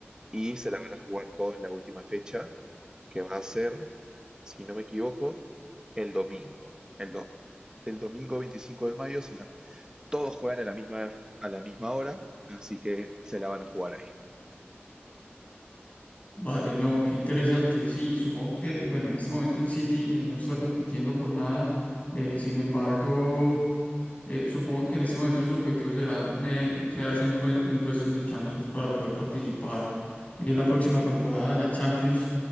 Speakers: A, on the right (about 15°); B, on the left (about 35°).
A: y se la van a jugar todo en la última fecha, que va a ser, si no me equivoco, el domingo. El, do- el domingo 25 de mayo se la todos juegan a la misma, a la misma hora, así que se la van a jugar ahí.
B: Vale, no, qué interesante. Sí, supongo que, bueno, en este momento el City eh, no está compitiendo por nada. Eh, sin embargo, eh, supongo que en este momento su objetivo será eh, quedarse en, pue- en puestos de Champions para poder participar en la próxima temporada de la Champions.